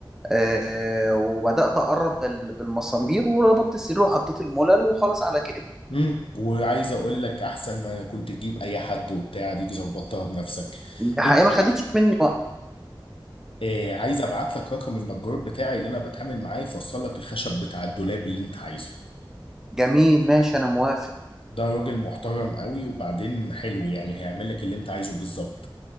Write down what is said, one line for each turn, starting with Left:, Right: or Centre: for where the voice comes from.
Centre: آه وبدات اقرب بال- بالمسامير وربطت السرير وحطيت الملل وخلاص على كده
Left: امم وعايز اقول لك احسن ما كنت تجيب اي حد وبتاع ديك ظبطتها بنفسك
Centre: دي حقيقه
Left: انت.
Centre: ما خدتش مني وقت
Left: إيه عايز ابعت لك رقم النجار بتاعي اللي انا بتعامل معاه يفصل لك الخشب بتاع الدولاب اللي انت عايزه
Centre: جميل ماشي انا موافق
Left: ده راجل محترم قوي وبعدين حلو يعني هيعمل لك اللي انت عايزه بالظبط